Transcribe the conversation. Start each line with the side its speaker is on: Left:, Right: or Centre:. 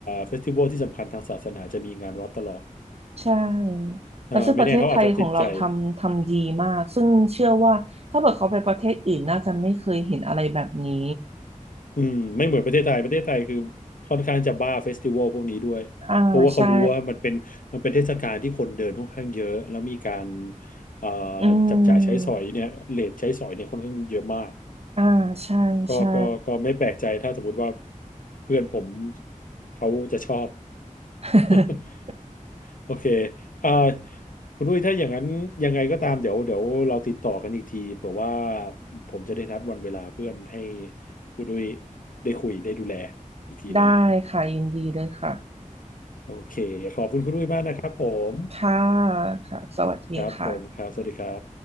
Left: เฟสติวัลที่สำคัญทางศาสนาจะมีงานวัดตลอด
Right: ใช่
Left: อ่าไม่แน่เขาอาจจะติดใจ
Right: แล้วซึ่งประเทศไทยของเราทำทำดีมากซึ่งเชื่อว่าถ้าเกิดเขาไปประเทศอื่นน่าจะไม่เคยเห็นอะไรแบบนี้
Left: อืมไม่เหมือนประเทศไทยประเทศไทยคือค่อนข้างจะบ้าเฟสติวัลพวกนี้ด้วยเพราะว่าเขารู้ว่ามันเป็นมันเป็นเทศกาลที่คนเดินค่อนข้างเยอะแล้วมีการ
Right: อ่าใช่
Left: เอ่อ
Right: อืม
Left: จับจ่ายใช้สอยเนี่ยเรทใช้สอยเนี่ยค่อนข้างเยอะมาก
Right: อ่าใช่ใช่
Left: ก็ก็ก็ไม่แปลกใจถ้าสมมติว่าเพื่อนผมเขาจะชอบ
Right: <laughs>
Left: <laughs> โอเคอ่าคุณดุ้ยถ้าอย่างนั้นยังไงก็ตามเดี๋ยวเดี๋ยวเราติดต่อกันอีกทีเผื่อว่าผมจะได้นัดวันเวลาเพื่อนให้คุณดุ้ยได้คุยได้ดูแลอีกทีหนึ่ง
Right: ได้ค่ะยินดีเลยค่ะ
Left: โอเค ขอบคุณคุณอุ้ยมากนะครับผม
Right: ค่ะค่ะสวัสดีค่ะ
Left: ครับผมครับสวัสดีครับ